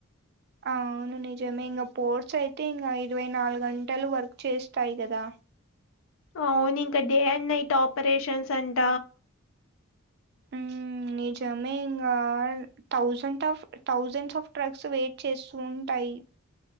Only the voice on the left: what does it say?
అవును ఇంక డే అండ్ నైట్ ఆపరేషన్స్ అంట